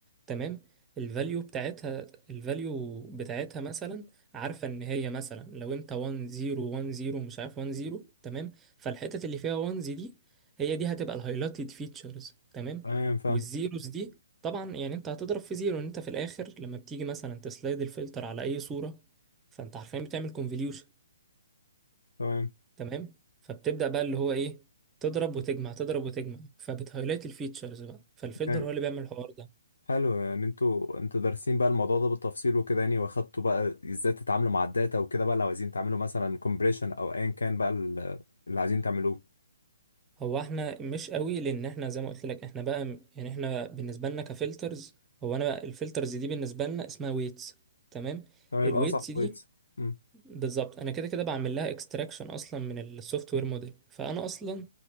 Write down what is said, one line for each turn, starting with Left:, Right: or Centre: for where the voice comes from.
Right: تمام الفاليو بتاعتها الفاليو بتاعتها مثلا عارفه ان هي مثلا لو انت 1 0 1 0 مش عارف 1 0 تمام فالحتت اللي فيها 1 دي هي دي هتبقى الهايلايتد فيتشرز تمام
Left: تمام فاهم
Right: والزيروز دي طبعا يعني انت هتضرب في زيرو ان انت في الاخر لما بتيجي مثلا تسلايد الفلتر على اي صورة فانت حرفيا بتعمل كونفوليوشن
Left: تمام
Right: تمام فبتبدأ بقى اللي هو ايه تضرب وتجمع تضرب وتجمع فبتهايلايت الفيتشرز بقى فالفلتر
Left: فاهم.
Right: هو اللي بيعمل الحوار ده
Left: حلو يعني انتوا انتوا دارسين بقى الموضوع ده بالتفصيل وكده يعني واخدتوا بقى ازاي تتعاملوا مع الداتا وكده بقى لو عايزين تعملوا مثلا كومبريشن او ايا كان بقى ال- اللي عايزين تعملوه
Right: هو احنا مش قوي لان احنا زي ما قلت لك احنا بقى م- يعني احنا بالنسبة لنا كفلترز هو انا بقى الفلترز دي بالنسبة لنا اسمها ويتس تمام
Left: تمام
Right: الويتس
Left: يبقى صح كويس
Right: دي
Left: امم
Right: بالظبط انا كده كده بعمل لها اكستراكشن اصلا من السوفت وير موديل فانا اصلا